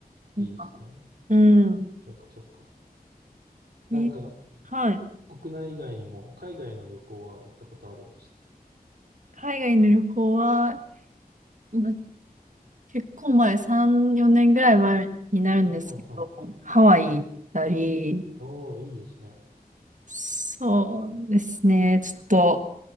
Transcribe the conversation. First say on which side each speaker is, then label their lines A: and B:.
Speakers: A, on the right; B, on the right.
A: なんか
B: いいですね。
A: うん、
B: そっかそっか。
A: い
B: なんか、
A: はい。
B: 国内以外にも海外の旅行は行ったことあるんでしたっけ
A: 海外の旅行は、ま結構前、3、4年ぐらい前になるんですけど、
B: はいはい。
A: ハワイ行ったり、
B: おー、いいですね。
A: そうですね、ちょっと、